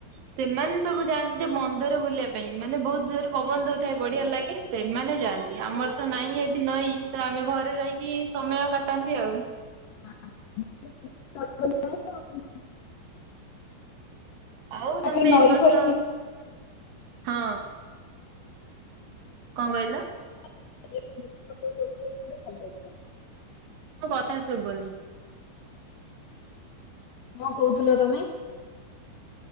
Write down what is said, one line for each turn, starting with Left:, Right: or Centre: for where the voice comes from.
Right: ସେମାନେ ସବୁ ଯାଆନ୍ତି ଯେ ବନ୍ଧରେ ବୁଲିଆ ପାଇଁ ମାନେ ବୋହୁତ ଜୋରେ ପବନ ଦୋଉଥାଏ ବଢ଼ିଆ ଲାଗେ ସେମାନେ ଯାଆନ୍ତି ଆମର ତ ନାଇଁ ଏଠି ନଈ। ତ ଆମେ ଘରେ ରହିକି ସମୟ କାଟନ୍ତି ଆଉ।
Left: <unintelligible>
Right: ଆଉ
Left: ପାଖରେ
Right: ତମେ
Left: ନଈ
Right: ଏ ବର୍ଷ
Left: ଫଇ ଥିବ
Right: ହଁ। କଁ କହିଲ?
Left: ଯେ ଯିବୁ ଫଟ ଉଟ ଗୋଟେ ଉଠେଇବୁ ଗୋଟେ ଭଲ୍ ଲାଗିବ।
Right: ଅ କଥା ଶୁବୁନି।
Left: ମ କୋହୁଥୁଲ ତମେ?